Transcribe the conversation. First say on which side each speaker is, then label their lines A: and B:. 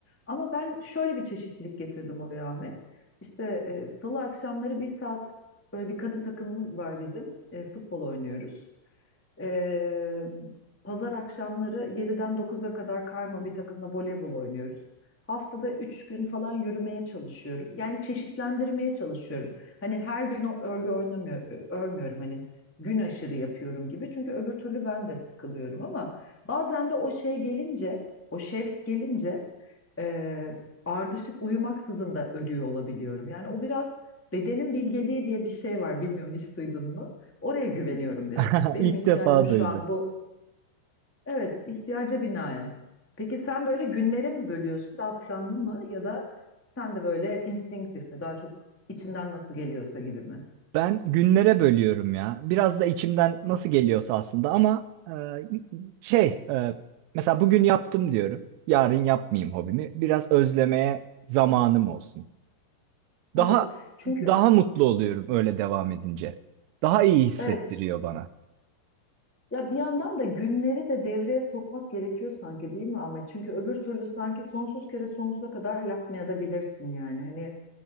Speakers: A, on the left (about 20°); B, on the right (about 85°).
A: Ama ben şöyle bir çeşitlilik getirdim oraya Ahmet. İşte e, salı akşamları bir saat böyle bir kadın takımımız var bizim. E, futbol oynuyoruz. E, pazar akşamları yediden dokuza kadar karma bir takımla voleybol oynuyoruz. Haftada üç gün falan yürümeye çalışıyorum. Yani çeşitlendirmeye çalışıyorum. Hani her gün o örgü oynamıyor, örmüyorum hani gün aşırı yapıyorum gibi. Çünkü öbür türlü ben de sıkılıyorum ama bazen de o şey gelince, o şevk gelince e, ardışık uyumaksızın da örüyor olabiliyorum. Yani o biraz bedenin bilgeliği diye bir şey var. Bilmiyorum hiç duydun mu? Oraya güveniyorum biraz.
B: <laughs>
A: Benim
B: İlk
A: ihtiyacım
B: defa
A: şu
B: duydum.
A: an bu Evet, ihtiyaca binaen. Peki sen böyle günlere mi bölüyorsun, daha planlı mı ya da sen de böyle instinktif mi, daha çok içinden nasıl geliyorsa gibi mi?
B: Ben günlere bölüyorum ya. Biraz da içimden nasıl geliyorsa aslında ama e, şey e, mesela bugün yaptım diyorum. Yarın yapmayayım hobimi. Biraz özlemeye zamanım olsun.
A: Evet,
B: Daha
A: çünkü
B: daha mutlu oluyorum öyle devam edince. Daha iyi hissettiriyor
A: evet
B: bana.
A: ya bir yandan da günleri de devreye sokmak gerekiyor sanki değil mi Ahmet? Çünkü öbür türlü sanki sonsuz kere sonsuza kadar yapmaya da bilirsin yani. Hani